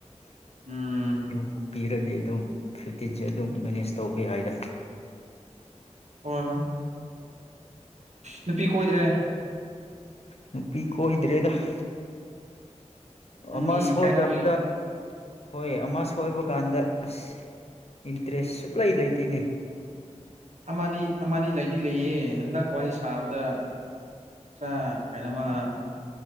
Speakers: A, on the right; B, on the left.
A: ꯎꯝ
B: ꯌꯨꯝ ꯄꯤꯔꯗꯦ ꯑꯗꯨꯝ ꯐꯤꯞꯇꯤꯟꯁꯦ ꯑꯗꯨꯝ ꯃꯦꯅꯦꯖ ꯇꯧꯕ ꯌꯥꯏꯗ
A: ꯍꯣꯏ ꯍꯣꯏ ꯅꯨꯄꯤ ꯀꯣꯏꯗ꯭ꯔꯦ
B: ꯅꯨꯄꯤ ꯀꯣꯏꯗ꯭ꯔꯦꯗ ꯑ
A: ꯅꯪꯒꯤ
B: ꯑꯃꯁ ꯍꯣꯏ
A: ꯀꯥꯏꯅꯕꯒꯤ
B: ꯑꯗꯨꯖ ꯍꯣꯏ ꯑꯃ ꯁꯣꯏꯕ ꯀꯥꯟꯗ ꯑꯁ ꯏꯟꯇꯔꯦꯁ ꯁꯨꯛꯂꯩ ꯂꯩꯇꯦꯅꯦ
A: ꯑꯃꯗꯤ ꯑꯃꯗꯤ ꯂꯩꯗꯤ ꯂꯩꯌꯦ ꯍꯟꯗꯛ ꯋꯥꯔꯤ ꯁꯥꯕꯗ ꯈꯔ ꯀꯩꯅꯣꯃ